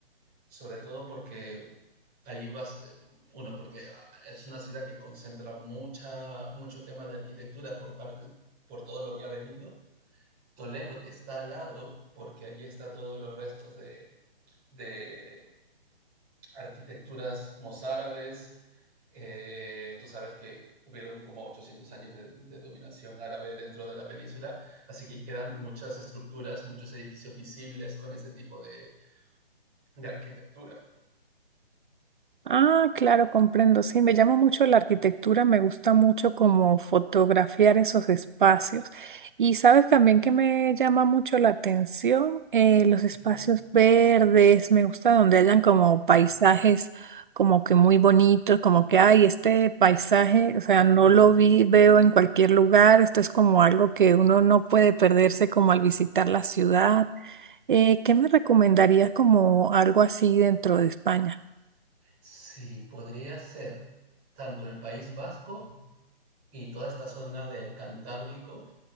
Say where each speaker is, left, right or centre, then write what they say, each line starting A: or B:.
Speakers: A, on the right; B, on the right.
A: sobre todo porque ahí vas, eh, uno, porque ah, es una ciudad que concentra mucha, mucho tema de arquitectura por parte, por todo lo que ha venido. Toledo, que está al lado, porque allí está todos los restos de, de arquitecturas mozárabes. Eh, tú sabes que hubieron como 800 años de, de, dominación árabe dentro de la península, así que quedan muchas estructuras, muchos edificios visibles con ese tipo de, de arquitectura.
B: Ah, claro, comprendo. Sí, me llama mucho la arquitectura, me gusta mucho como fotografiar esos espacios. Y sabes también que me llama mucho la atención Eh, los espacios
A: Uh -huh.
B: verdes, me gusta donde hayan como paisajes
A: Ay.
B: como que muy bonitos, como que, ay, este paisaje, o sea,
A: Uh
B: no
A: -huh.
B: lo vi, veo en cualquier lugar, esto es como algo que uno no puede perderse como al visitar la ciudad. Eh, ¿qué me recomendarías como algo así dentro de España?
A: Sí, podría ser tanto el País Vasco y toda esta zona del Cantábrico,